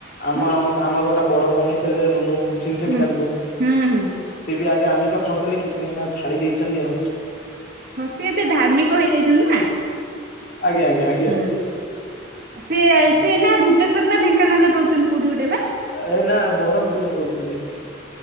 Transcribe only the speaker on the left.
ଆମ
ଆମ ଆମ ଗୋଟେ ବଡ ଭଉଣୀ ଥିଲେ ରୁନୁ ଚିନ୍ଥେବେ
ତାଙ୍କୁ।
ସେ ବି ଆଜ୍ଞା ଆମିଷ ଖାଉଥିଲେ କିନ୍ତୁ ଏଇନା ଛାଡି ଦେଇଛନ୍ତି ଆଉ।
ଆଜ୍ଞା ଆଜ୍ଞା ଆ
ହଁ
ଏ ନା ବରହ୍ମ୍ ପୁରରେ ରୋହୁଛନ୍ତି।